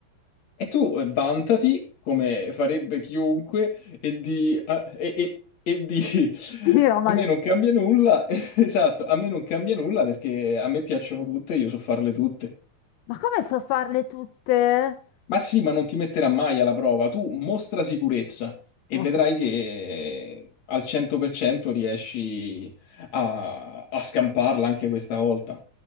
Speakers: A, on the left; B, on the left.
A: E tu eh, vantati, come farebbe chiunque, e di... a- e, e- e dici, <laughs>
B: <laughs> Finirà malissimo.
A: a me non cambia nulla, <laughs> esatto, a me non cambia nulla perché a me piacciono tutte, io so farle tutte.
B: Ma come so farle tutte?
A: Ma sì, ma non ti metterà mai alla prova. Tu mostra sicurezza e
B: Molto
A: vedrai
B: sc-
A: che eh, al 100% riesci a, a scamparla anche questa volta.